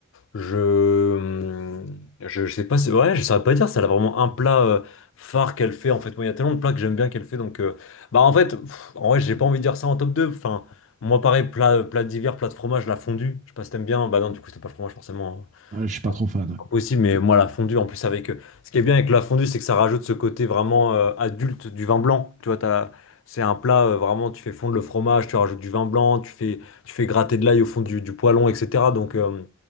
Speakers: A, on the left; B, on the right.
A: je, hmm, je je sais pas c'est vrai, je saurais pas dire si elle a vraiment un plat euh, phare qu'elle fait en fait. Moi il y a tellement de plats que j'aime bien qu'elle fait donc euh, bah en fait pff, en vrai j'ai pas envie de dire ça en top 2. Enfin moi pareil plat plat d'hiver, plat de fromage, la fondue. Je sais pas si t'aimes bien. Bah non du coup c'était pas le fromage forcément. hein.
B: Ouais, je suis pas trop fan, ouais.
A: Impossible, mais moi la fondue en plus avec euh, ce qui est bien avec la fondue, c'est que ça rajoute ce côté vraiment euh, adulte du vin blanc. Tu vois, t'as- c'est un plat euh, vraiment, tu fais fondre le fromage, tu rajoutes du vin blanc, tu fais, tu fais gratter de l'ail au fond du, du poêlon, etc. Donc, euh,